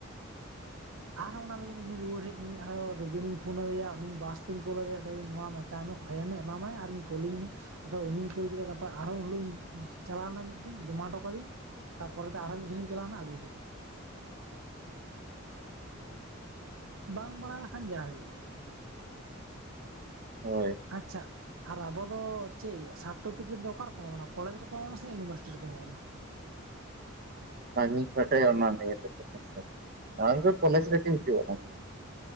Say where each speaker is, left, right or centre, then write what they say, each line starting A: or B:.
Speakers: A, on the right; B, on the right.
A: ᱟᱨᱦᱚᱸ ᱚᱱᱟ ᱞᱟᱹᱜᱤᱫ ᱢᱤᱫ ᱫᱤᱱ ᱨᱩᱣᱟᱹᱲ ᱦᱮᱡ ᱱᱟᱹᱧ ᱟᱨᱦᱚ ᱨᱚᱵᱤᱱᱤᱧ ᱯᱷᱳᱱᱟᱫᱮᱭᱟ ᱩᱱᱤ ᱵᱟᱥ ᱛᱤᱧ ᱠᱳᱞ ᱟᱫᱮᱭᱟᱧ ᱱᱚᱣᱟ ᱢᱮᱛ ᱛᱟᱭᱚᱢ ᱠᱷᱚᱭᱮ ᱢᱮ ᱮᱢᱟᱢᱟᱭ ᱟᱨᱤᱧ ᱠᱩᱞᱤᱧ ᱢᱮ᱾ ᱟᱫᱚ ᱩᱱᱤᱧ ᱠᱩᱞ ᱠᱮᱫᱟᱭᱟ ᱜᱟᱯᱟ ᱟᱨᱦᱚᱸ ᱩᱱ ᱦᱚᱞᱤᱧ ᱪᱟᱞᱟᱣᱱᱟ ᱢᱤᱫ ᱫᱤᱱ ᱡᱚᱢᱟ ᱦᱚᱴᱚ ᱠᱟᱫᱟᱧ᱾ ᱛᱟᱯᱚᱨᱮᱛᱮ ᱟᱨᱦᱚᱸ ᱢᱤᱫ ᱫᱤᱱᱤᱧ ᱪᱟᱞᱟᱣᱱᱟ ᱟᱹᱜᱩ ᱠᱮᱫᱤᱧ᱾ ᱵᱟᱝ ᱵᱟᱲᱟᱟᱭ ᱞᱮᱠᱷᱟᱱ ᱡᱟᱦᱩᱭᱩᱜᱼᱟ᱾
B: ᱦᱳᱭ᱾
A: ᱟᱪᱪᱷᱟ᱾ ᱟᱨ ᱟᱵᱚ ᱫᱚ ᱪᱮᱫ ᱭᱟ ᱥᱟᱨᱴᱳᱯᱤᱠᱮᱴ ᱫᱚ ᱚᱠᱟ ᱨᱮᱠᱚ ᱮᱢᱟ ᱵᱚᱱᱟ ᱠᱚᱞᱮᱡᱽ ᱨᱮᱠᱚ ᱮᱢᱟ ᱵᱚᱱᱟ ᱥᱮ ᱤᱭᱩᱱᱤᱵᱷᱟᱨᱥᱤᱴᱤ ᱨᱮᱠᱚ ᱮᱢᱟ ᱵᱚᱱᱟ?
B: ᱵᱟᱝᱤᱧ ᱵᱟᱰᱟᱭᱟ ᱟᱱᱟ ᱱᱤᱭᱟᱹ ᱛᱮ ᱫᱚ ᱦᱮᱸᱥᱮ‌ ᱚᱱᱟᱠᱚ ᱫᱚ ᱠᱚᱞᱮᱡ ᱨᱮᱜᱮ ᱦᱤᱡᱩᱜᱼᱟ ᱾